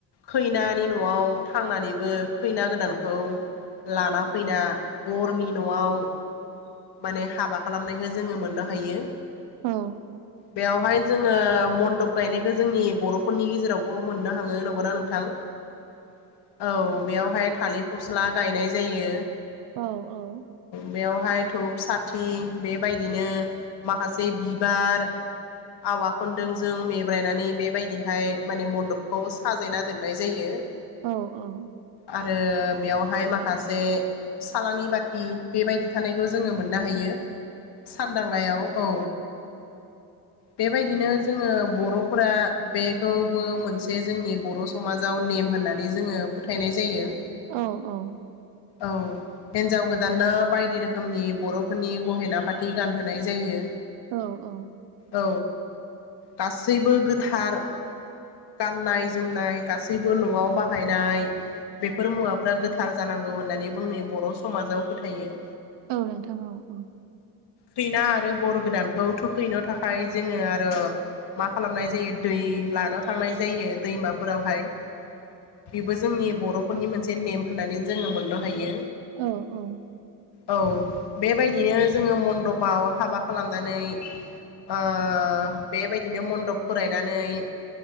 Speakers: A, on the left; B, on the right.
A: खैनानि न'आव थांनानैबो खैना गोदानखौ लाना फैना बरनि न'आव माने हाबा खालामनायखौ जोङो मोननो हायो
B: औ
A: बेवहाय जोङो मन्दप गायनायखौ जोंनि बर'फोरनि गेजेरावबो मोननो हाङो नंगौ ना नोंथां औ बेयावहाय थालिर फस्ला गायनाय जायो
B: औ औ
A: बेवहाय धुब साथि बेबायदिनो माखासे बिबार आवा खनदों जों बे ब्रायनानै बेबायदिहाय माने मन्दपखौ साजायना दोननाय जायो
B: औ औ
A: आरो बेयावहाय माखासे सालाङि बाथि बेबायदि थानाय जों मोननो हायो सानदांगायाव औ बेबायदिनो जोङो बर'फोरा बेखौबो मोनसे जोंनि बर' समाजाव नेम होननानै जोङो फोथायनाय जायो
B: औ औ
A: औ हिनजाव गोदान ना बायदि रोखो रोखोमनि बर'फोरनि गहेना फाथि गानहोनाय जायो
B: औ औ
A: औ गासैबो गोथार गाननाय जोमनाय गासैबो न'आव बाहायनाय बेफोर मुवाफ्रा गोथार जा जानांगौ होननानै बुंनो बर' समाजाव फोथायो
B: औ नोंथां औ
A: खैना आरो बर गोदानखौ थुखैनो थाखाय जोङो आरो मा खालामनाय जायो दै लाना थांनाय जायो दैमाफोरावहाय बेबो जोंनि बर'फोरनि मोनसे नेम होननानै जोङो मोननो हायो।
B: औ-औ!
A: औ बेबायदिनो जोङो मन्दपआव हाबा खालामनानै ओ--बेबायदिनो मन्दप फरायनानै